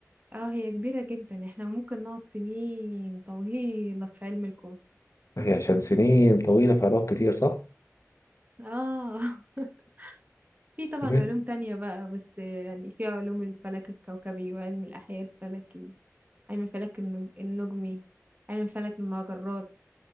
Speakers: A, on the right (about 30°); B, on the left (about 65°).
A: اه هي كبيرة جدا احنا ممكن نقعد سنين طويلة في علم الكون
B: هي عشان سنين طويلة في علاقات كتير صح؟
A: اه <laughs> في طبعا
B: تمام.
A: علوم تانية بقى بس يعني في علوم الفلك الكوكبي وعلم الأحياء الفلكي علم الفلك النج- النجمي علم فلك المجرات